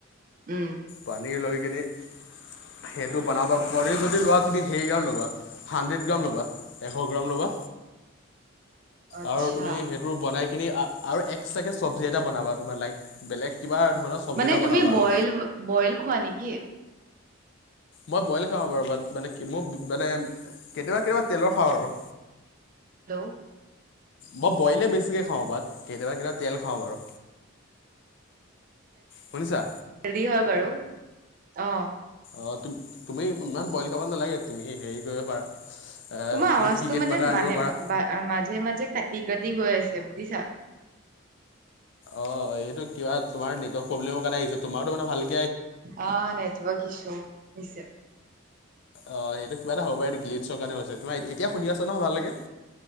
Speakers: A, on the right; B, on the left.
A: উম।
B: পানী লৈ কিনি
A: <inaudible>
B: সেইটো বনাবা পোলি যদি লোৱা তুমি হেই গ্ৰাম ল'বা হানড্ৰেট গ্ৰাম ল'বা এশ। গ্ৰাম লবা
A: আচ্ছা
B: আৰু তুমি সেইটো বনাই সেইখিনি আ আৰু এক্সট্ৰাকে চবজি এটা বনাবা তোমাৰ লাইক বেলেগ কিবা ধৰণৰ চব্জি
A: মানে
B: এটা
A: তুমি
B: বনাবা
A: বইল
B: আৰু
A: বইল খোৱা নেকি?
B: মই বইল খাওঁ বাৰু মানে কি মোৰ মানে কেতিয়াবা-কেতিয়াবা তেলৰ খাওঁ আৰু।
A: হেল্ল'?
B: মই বইলে বেছিকে খাওঁ বা কেতিয়াবা-কেতিয়াবা তেল খাওঁ বাৰু। শুনিছা?
A: হেলডি হয় বাৰু অ।
B: অ' তুম তুমি ইমান বইল খাব নালাগে, তুমি হেৰি কৰিব পাৰা।
A: তোমাৰ
B: তুমি
A: আৱাজটো
B: পিনেট
A: মাজে
B: বাটাৰ আনিব
A: মানে
B: পাৰা
A: বা মাজে-মাজে কাটি-কাটি গৈ আছে। এম বি চা
B: অ' এইটো কিবা তোমাৰ নেটৱৰ্ক প্ৰব্লেমৰ কাৰণে আহিছে তোমাৰো মানে ভাল
A: অ নেটৱৰ্ক ইচু নিশ্চয়।
B: অ' সেইটো কিবা এটা হ'বা পাৰে গ্লিছৰ কাৰণে হৈছে, তোমাৰ এতিয়া শুনি আছা নহয় ভালকে।